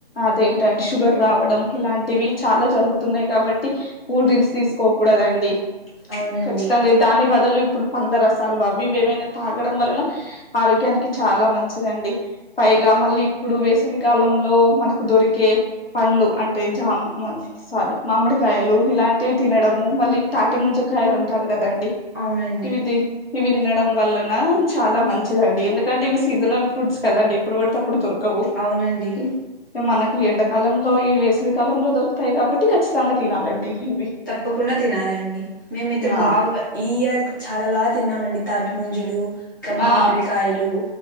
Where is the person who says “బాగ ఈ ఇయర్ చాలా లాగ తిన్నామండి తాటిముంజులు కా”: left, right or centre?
Left